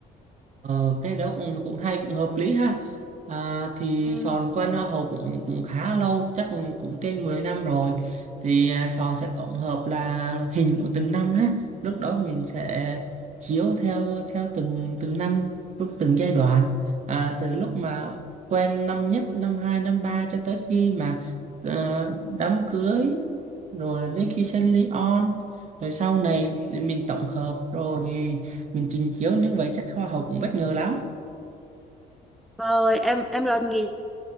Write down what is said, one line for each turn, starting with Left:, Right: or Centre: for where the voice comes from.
Right: Ờ, cái đó cũng cũng hay cũng hợp lý ha à, thì
Centre: ừ.
Right: Sòn quen Hoa Hậu cũng cũng khá lâu chắc cũng, cũng trên 10 năm rồi thì à, Sòn sẽ tổng hợp là hình của từng năm ha lúc đó mình sẽ chiếu theo theo từng từng năm lúc từng giai đoạn à, từ lúc mà quen năm nhất năm hai năm ba cho tới khi mà ờ, đám cưới rồi đến khi sinh ly on rồi sau này để mình tổng hợp rồi mình trình chiếu nhưng vậy chắc hoa hậu cũng bất ngờ lắm
Centre: rồi em em rồi nghĩ